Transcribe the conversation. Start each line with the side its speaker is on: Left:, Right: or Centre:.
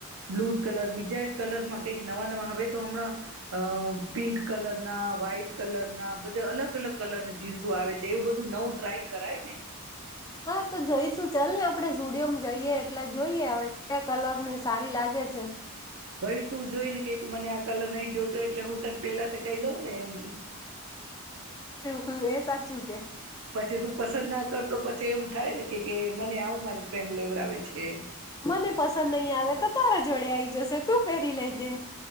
Right: બ્લુ કલર બીજા કલરમાં કંઈક નવા નવા હવે તો હમણાં પિંક કલરના વ્હાઈટ કલરના બધે અલગ અલગ કલરની જીન્સ આવે છે એવું બધું નવું ટ્રાય કરાય ને
Left: હા તો જોઈશું ચલે ને આપ આપણે સ્ટુડિયોમાં જઈએ એટલે જોઈએ હવે ક્યા કલર ની સારી લાગે છે.
Right: વળ તું જોઈ ને કે મને આ કલર નહી જોતો એટલે હું તને પેલા તો કહી દઉં ને એમ
Left: હ એ સાચું છે.
Right: પછી તું પસંદ ના કરતો પછી એવું થાય ને કે મને આવું મારી ફ્રેન્ડ લેવડાવ છે એમ
Left: મને પસંદ નહીં આવે તો તારા જોડે આઈ જશે. તું પહેરી લેજે